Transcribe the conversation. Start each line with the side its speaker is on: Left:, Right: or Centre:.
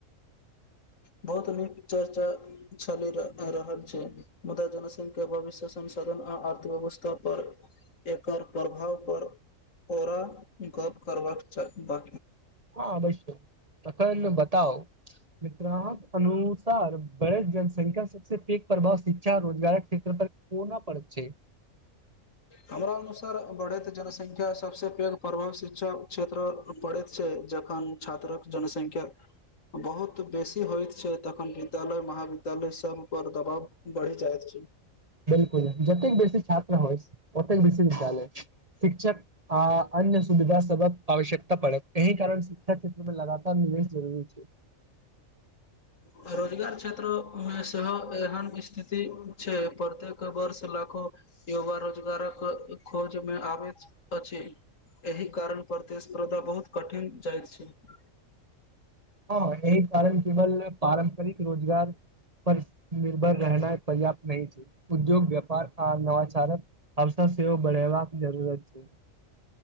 Right: <inaudible>
Left: बहुत नीक चर्चा चलि रहल छै मुदा जनसंख्या भविष्य संसाधन अर्थव्यवस्था पर एकर प्रभाव पर ओरा गप करबाक चाहि बा
Right: हँ अबश्य तखन बताउ ग्राहक अनुसार बढ़ैत जनसंख्या सबसे पैघ प्रभाव शिक्षा रोजगारक क्षेत्र पर कोना परैत छैक
Left: हमरा अनुसार बढैत जनसंख्या सबसे पैघ प्रभाव शिक्षा क्षेत्र पड़ैत छै जखन छात्रक जनसंख्या के बहुत बेसी होइत छै तखन विद्यालय महाविद्यालय सब पर दबाव बढ़ि जाइत छै
Right: बिलकुल जतेक बेसी छात्र होइत ओतेक बेसी विद्यालय शिक्षक आ अन्य सुविधा सबक आवश्यकता पड़े एहि कारण शिक्षा क्षेत्रमे लगातार निवेश जरूरी छै
Left: भरो <unintelligible> क्षेत्र मे सेहो एहन स्थिति छै प्रत्येक वर्ष लाखो युवा रोजगारक खोजमे आबैत अछि एहि कारण प्रतिस्पर्धा बहुत कठिन भय जाइत छैक
Right: हँ एहि कारण केवल पारम्परिक रोजगार पर निर्भर रहनय पर्याप्त नहि छै उद्योग व्यापार आ नवाचारक अव सन बढ़याबाक सेहो जरूरत छै